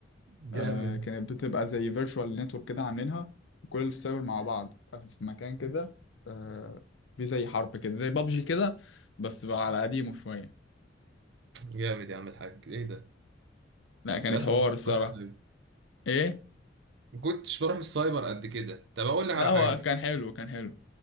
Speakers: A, on the right; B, on the left.
A: جامد
B: آه كانت بتبقى زي فيرتشوال نتورك كده عاملينها وكل السايبر مع بعض بتبقى في مكان كده آه في زي حرب كده زي بابجي كده بس بقى على قديمه شوية
A: جامد يا عم الحاج ايه ده
B: لا كانت
A: للاسف
B: حوار
A: ما كنتش
B: الصراحة
A: بروح السايبر
B: ايه
A: ما كنتش بروح السايبر قد كده طب اقول لك
B: لا
A: على
B: هو
A: حاجه
B: كان حلو كان حلو